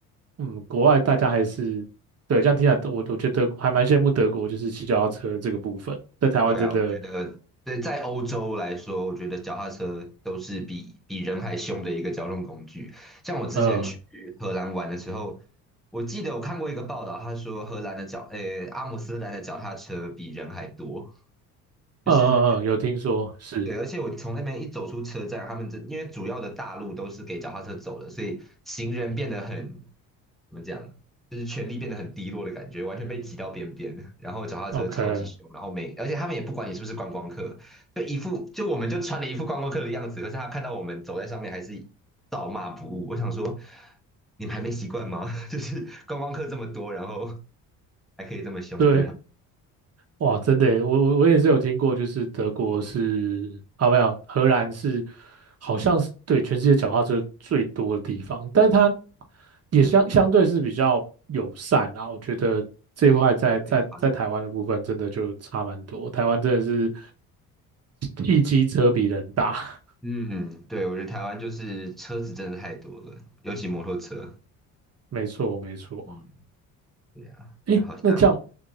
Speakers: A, on the right; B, in the centre.
A: 嗯，国外大家还是，对，这样听起来，我我觉得还蛮羡慕德国，就是骑脚踏车这个部分，在台湾真的，
B: 对啊，我觉得对在欧洲来说，我觉得脚踏车都是比比人还凶的一个交通工具。像我之前去荷兰玩的时候，
A: 呃，
B: 我记得我看过一个报道，他说荷兰的脚，呃，阿姆斯特丹的脚踏车比人还多，就是
A: 呃呃呃，有听说是
B: 对，而且我从那边一走出车站，他们这因为主要的大路都是给脚踏车走的，所以行人变得很，怎么讲，就是权力变得很低落的感觉，完全被挤到边边。<laughs> 然后脚踏车超级凶，
A: ，OK，
B: 然后每而且他们也不管你是不是观光客，就一副就我们就穿了一副观光客的样子，可是他看到我们走在上面还是照骂不误。我想说，你们还没习惯吗？<laughs> 就是观光客这么多，然后还可以这么凶的对他们，
A: 对，哇，真的耶，我我我也是有听过，就是德国是啊，没有，荷兰是好像是对全世界脚踏车最多的地方，但是它
B: 嗯，
A: 也相相对是比较友善啊。我觉得这一块在在在台湾的部分真的就差蛮多，
B: 对，对脚踏车。
A: 台湾真的是一机车比人大，
B: 嗯，对，我觉得台湾就是车子真的太多了，尤其摩托车。
A: <laughs> 没错没错。
B: 嗯，对啊，
A: 诶，
B: 那好像
A: 那这样